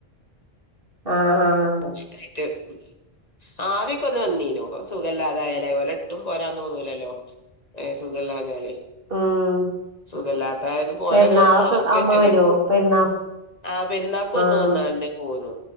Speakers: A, on the right; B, on the left.
A: ആഹ് ആഹ്
B: ഇങ്ങൻക്കായിട്ട് ഉം ആദ്യൊക്കൊന്ന് വന്നീനു ഇപ്പ സുഖല്ലാതായാലേ ഓലെട്ടും പോരാൻ തോന്നൂലല്ലോ ഏഹ് സുഖല്ലാഞാല്
A: ഉം
B: സുഖല്ലാത്തായത്പോലെ
A: പെരുന്നാളൊക്കെ
B: വയസായിട്ടല്ലേ
A: ആവുമ്പോ വരുവോ പെരുന്നാ
B: ആ പെരുന്നാക്കൊന്ന്
A: ആഹ്
B: വന്നാണ്ട് പോന്നു